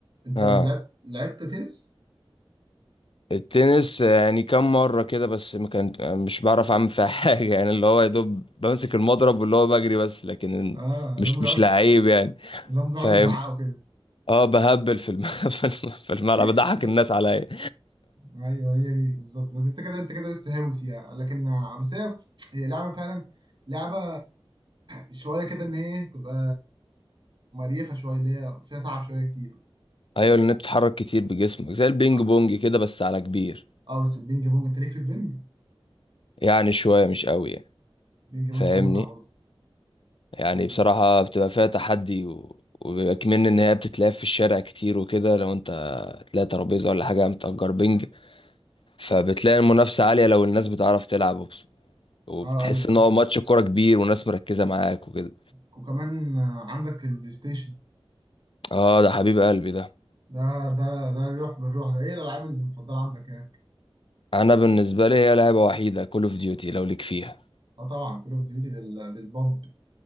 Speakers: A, on the right; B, on the left.
A: انت
B: اه
A: لعبت لعبت تنس
B: التنس يعني كم مره كده بس ما كان مش بعرف اعمل فيها <laughs> حاجه يعني اللي هو يا دوب بمسك المضرب واللي هو بجري بس لكن
A: اه
B: مش
A: اللي هم بيقعدوا
B: مش لعيب يعني
A: اللي هم بيقعدوا
B: فاهم
A: يزعقوا كده
B: اه بهبل في الم... <laughs> في الم- في الملعب
A: <laughs>
B: بضحك الناس عليا
A: ايوه هي دي بالظبط بس انت كده انت كده لسه هاوي فيها لكن بس هي هي لعبة فعلا لعبة شوية كده ان هي تبقى مريفة شوية اللي هي فيها تعب شوية كتير
B: ايوه لان بتتحرك كتير بجسمك زي البينج
A: اه
B: بونج كده بس على كبير
A: آه، بس البينج بونج انت ليه في البينج؟
B: يعني شويه مش قوي يعني
A: بينج بونج
B: فاهمني
A: متعة برضه
B: يعني
A: وال...
B: بصراحة بتبقى فيها تحدي و... وبيبقى كمان إن هي بتتلعب في الشارع كتير وكده لو أنت تلاقي ترابيزة ولا حاجة متأجر بنج فبتلاقي المنافسة عالية لو الناس بتعرف تلعب وبس- وبتحس
A: اه ايوه صح
B: إن هو ماتش كورة كبير وناس مركزة معاك وكده
A: وكمان عندك البلاي ستيشن
B: آه ده حبيب قلبي ده
A: ده ده ده الروح بالروح ده ايه الالعاب اللي مفضله عندك هناك
B: أنا بالنسبة لي هي لعبة وحيدة كول أوف ديوتي لو ليك فيها
A: اه طبعا كول اوف ديوتي دي الباب